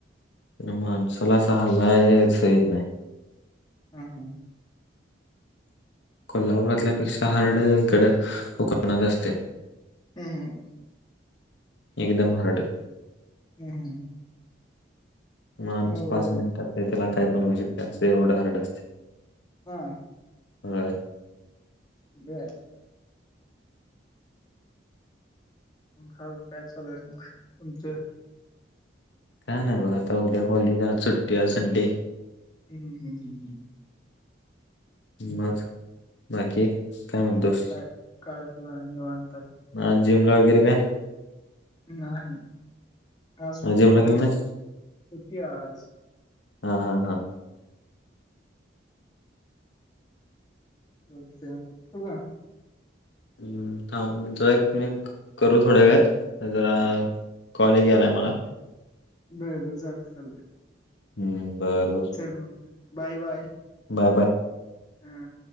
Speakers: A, on the left (about 70°); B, on the left (about 20°).
A: माणसाला आस हालाय सहीत येत नाही
B: हम हम
A: कोल्हापुरातल्या पेक्षा हार्ड इकड कोकणात असतय
B: हम् हम
A: एकदम हार्ड
B: हम्
A: माणूस
B: एवढं
A: पाच मिनिटात
B: आहे.
A: ते त्याला काय पण होऊ शकते असं एवढं हरड असतय
B: हा
A: व्हय
B: ब मग हा काय चालू आहे म तुमचं
A: काय नाही बघ आता उद्या कॉलेज आ सुट्टी आ संडे
B: हम्म हम हम् हम
A: मग बाकी काय म्हणतोस
B: काय कायलं आणिवता
A: ह जिम ल वगैर काय
B: नाही आज सुट्टी
A: जिमला गेला नाही
B: सुट्टी आज
A: हा हा हा
B: बते ठ का
A: हम् थां जरा एक मी करू थोड्या वेळात जरा कॉलेज याला आहे मला
B: बरोबर चालत चालते
A: हम्म बरोबर
B: वा बाय बाय
A: बाय बाय
B: हम